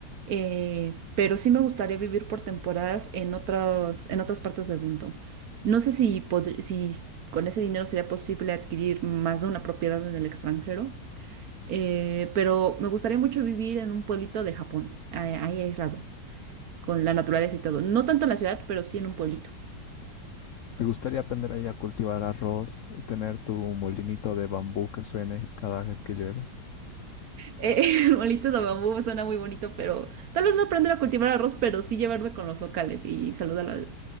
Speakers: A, on the right; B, on the left.
A: eh, pero sí me gustaría vivir por temporadas en otras, en otras partes del mundo. No sé si, podr- si s- con ese dinero sería posible adquirir más de una propiedad en el extranjero, eh, pero me gustaría mucho vivir en un pueblito de Japón, ahí, ahí aislado, con la naturaleza y todo. No tanto en la ciudad, pero sí en un pueblito.
B: ¿Te gustaría aprender ahí a cultivar arroz y tener tu molinito de bambú que suene cada vez que llueve?
A: Eh, <laughs> Molitos de bambú suena muy bonito, pero tal vez no aprender a cultivar arroz, pero sí llevarme con los locales y saludar al,